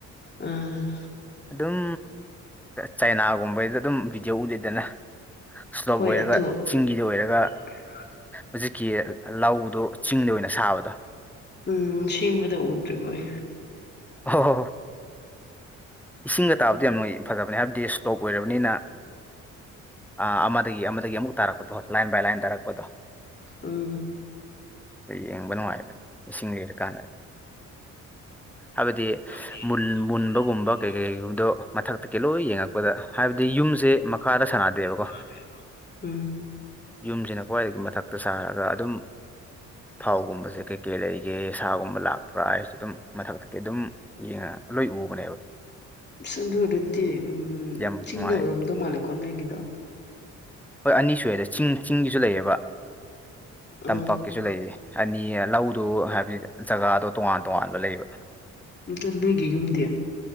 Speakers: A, on the left (about 35°); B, in the centre.
A: ꯑꯥ
B: ꯑꯗꯨꯝ ꯆꯥꯏꯅꯥꯒꯨꯝꯕꯩꯗ ꯑꯗꯨꯝ ꯚꯤꯗꯤꯑꯣ ꯎꯠꯂꯤꯗꯅ ꯁ꯭ꯂꯣꯞ
A: ꯍꯣꯏ
B: ꯑꯣꯏꯔꯒ
A: ꯑꯗꯣ
B: ꯆꯤꯡꯒꯤꯗ ꯑꯣꯏꯔꯒ
A: <inaudible>
B: ꯍꯧꯖꯤꯛꯀꯤ ꯂꯧꯗꯣ ꯆꯤꯡꯗ ꯑꯣꯏꯅ ꯁꯥꯕꯗꯣ
A: ꯎꯝ ꯁꯦꯡꯕꯗ ꯎꯗ꯭ꯔꯤꯕꯩ
B: ꯍꯣ ꯍꯣ ꯍꯣ ꯏꯁꯤꯡꯒ ꯇꯥꯕꯗ ꯌꯥꯝꯅ ꯐꯗꯕꯅꯤ ꯍꯥꯏꯕꯗꯤ ꯁ꯭ꯂꯣꯞ ꯑꯣꯏꯔꯕꯅꯤꯅ ꯑꯥ ꯑꯃꯗꯒꯤ ꯑꯃꯗꯒꯤ ꯑꯃꯨꯛ ꯇꯥꯔꯛꯄꯗꯣ ꯂꯥꯏꯟ ꯕꯥꯏ ꯂꯥꯏꯟ ꯇꯥꯔꯛꯄꯗꯣ
A: ꯎꯝ
B: ꯌꯦꯡꯕ ꯅꯨꯡꯉꯥꯏꯔꯅꯤ ꯏꯁꯤꯡ ꯂꯤꯔꯀꯥꯟꯗꯅꯤ ꯍꯥꯏꯕꯗꯤ
A: <unintelligible>
B: ꯃꯨꯜ ꯃꯨꯟꯕꯒꯨꯝꯕ ꯀꯩ ꯀꯩꯒꯨꯝꯕꯗꯣ ꯃꯊꯛꯇꯒꯤ ꯂꯣꯏ ꯌꯦꯡꯉꯛꯄꯗ ꯍꯥꯏꯕꯗꯤ ꯌꯨꯝꯁꯦ ꯃꯈꯥꯗ ꯁꯥꯟꯅꯗꯦꯕꯀꯣ
A: ꯂꯩꯕꯀꯣ ꯎꯝ
B: ꯌꯨꯝꯁꯤꯅ ꯈ꯭ꯋꯥꯏꯗꯒꯤ ꯃꯊꯛꯇ ꯁꯥꯔꯒ ꯑꯗꯨꯝ ꯊꯥꯎꯒꯨꯝꯕꯁꯦ ꯀꯩ ꯀꯩ ꯂꯩꯒꯦ ꯁꯥꯒꯨꯝꯕ ꯂꯥꯛꯄ꯭ꯔꯥ ꯍꯥꯏꯁꯦ ꯑꯗꯨꯝ ꯊꯛꯇ ꯑꯗꯨꯝ ꯌꯦꯡꯉ ꯂꯣꯏ ꯎꯕꯅꯦ
A: ꯑꯗꯨ ꯑꯗꯨꯔꯗꯤ ꯎꯝ
B: ꯌꯥꯝ
A: ꯆꯤꯡꯗ
B: ꯅꯨꯡꯉꯥꯏ
A: ꯑꯣꯏꯔꯝꯗꯧ ꯃꯥꯜꯂꯦꯀꯣ ꯅꯣꯏꯒꯤꯗ
B: ꯍꯣꯏ ꯑꯅꯤ ꯁꯨꯑꯦꯗ ꯆꯤꯡ-ꯆꯤꯡꯒꯤꯁꯨ ꯂꯩꯌꯦꯕ ꯇꯝꯄꯥꯛꯛꯀꯤꯁꯨ
A: ꯑꯥ
B: ꯂꯩꯌꯦ ꯑꯅꯤ ꯂꯧꯗꯨ ꯍꯥꯏꯕꯗꯤ ꯖꯒꯥꯗꯣ ꯇꯣꯉꯥꯟ ꯇꯣꯉꯥꯟꯕ ꯂꯩꯕ
A: ꯑꯗꯨ ꯅꯣꯏꯒꯤ ꯌꯨꯝꯗꯤ